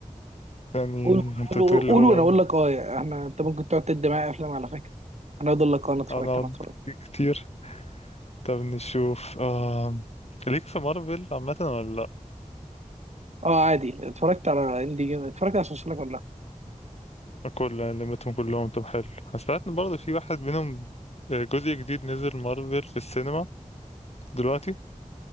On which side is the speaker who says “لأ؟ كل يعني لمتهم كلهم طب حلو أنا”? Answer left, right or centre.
Left